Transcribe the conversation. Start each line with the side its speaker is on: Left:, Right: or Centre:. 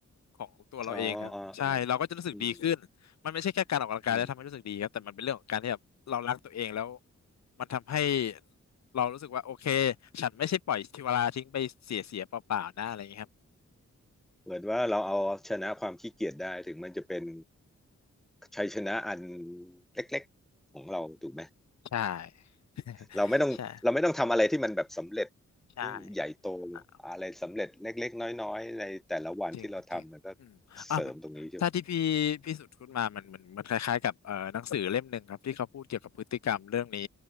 Left: ของตัวเราเองครับใช่เราก็จะรู้สึกดีขึ้นมันไม่ใช่แค่การออกกำลังกายแล้วทำให้รู้สึกดีครับแต่มันเป็นเรื่องของการที่แบบเรารักตัวเองแล้ว
Centre: อ๋ออ๋ออ๋ออืม อืม
Left: มันทำให้เรารู้สึกว่าโอเคฉันไม่ใช่ปล่อยชีวาลาทิ้งไปเสียเสียเปล่าๆนะอะไรอย่างเงี้ยครับ
Centre: เหมือนว่าเราเอาชนะความขี้เกียจได้ถึงมันจะเป็นชัยชนะอันเล็กๆของเราถูกไหม
Left: ใช่ <laughs>
Centre: เราไม่ต้องเราไม่ต้องทำอะไรที่มันแบบสำเร็จ
Left: ใช่ใช่
Centre: ยิ่งใหญ่โต
Left: อ่า
Centre: อะไรสำเร็จเล็กๆน้อยๆในแต่ละวันที่เราทำมันก็
Left: จริงจริงอืมอ่ะมันถ้าที่พี่พี่สุดพูดมามันมันมันคล้ายๆกับเอ่อหนังสือเล่มหนึ่งครับที่เขาพูดเกี่ยวกับพฤติกรรมเรื่องนี้
Centre: เสริมตรงนี้ใช่ไหม